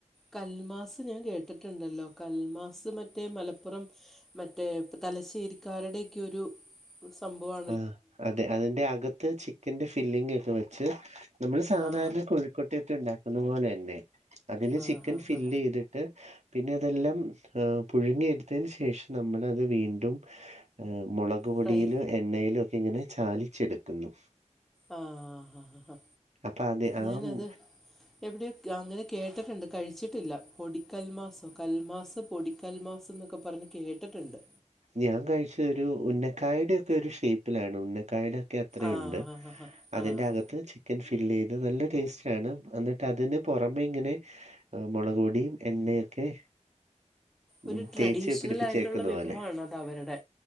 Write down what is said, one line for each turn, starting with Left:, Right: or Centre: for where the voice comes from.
Centre: കൽമാസ് ഞാൻ കേട്ടിട്ടുണ്ടല്ലോ കൽമാസ് മറ്റേ മലപ്പുറം മറ്റേ തലശ്ശേരിക്കാരുടെക്കെ ഒരു സംഭവാ
Right: ആഹ് അതെ അതിന്റെ അകത്ത് ചി ക്കന്റെ ഫില്ലിംഗ് ഒക്കെ വെച്ച് നമ്മള് സാധാരണ
Centre: ആ
Right: കോഴക്കട്ടക്കെ ഉണ്ടാക്കുന്ന പോലെന്നെ അതില്
Centre: ആ
Right: ചിക്കൻ
Centre: ഹാ
Right: ഫില്ല്
Centre: ഹാ
Right: ചെയ്തിട്ട് പിന്നെ അതെല്ലാം പുഴുങ്ങിയ എടുത്തതിന് ശേഷം നമ്മളത് വീണ്ടും ഏഹ് മുളക് പൊടിയിലോ
Centre: ഫ്രൈ
Right: എണ്ണയിലോ ഒക്കെ ഇങ്ങനെ ചാലിച്ചെടുക്കുന്നു
Centre: ആഹ് ഹാഹ് ഹാഹ് ഹാ
Right: അപ്പൊ അത് ആ
Centre: ഞാനത്
Right: മ്
Centre: എവിടെയ അങ്ങനെ കേട്ടിട്ടുണ്ട് കഴിച്ചിട്ടില്ല പൊടിക്കൽ മാസൊ കൽമാസ് പൊടിക്കൽമാസ് എന്നൊക്കെ പറഞ്ഞ് കേട്ടിട്ടുണ്ട്
Right: ഞാൻ കഴിച്ച ഒരു ഉന്നക്കായടെ ഒക്കെ ഒരു ഷേപ്പിലാണ് ഉന്നക്കായടെ ക്കെ അത്രുണ്ട്
Centre: ആ ഹാ ഹാ ഹാ
Right: അതിന്റെകത്ത്
Centre: ആ
Right: ചി ക്കൻ ഫിൽ ചെയ്ത് നല്ല ടേസ്റ്റാണ് എന്നിട്ട് അതിന് പുറമെ ഇങ്ങനെ ആഹ് മുളക് പൊടിയും എണ്ണയൊക്കെ
Centre: ഒരു
Right: ഉം
Centre: ട്രഡീഷണൽ
Right: തേച്ച് പിടിപ്പിച്ചേക്കുന്ന
Centre: ആയിട്ടുള്ള വിഭവാണത്
Right: പോലെ
Centre: അവരുടെ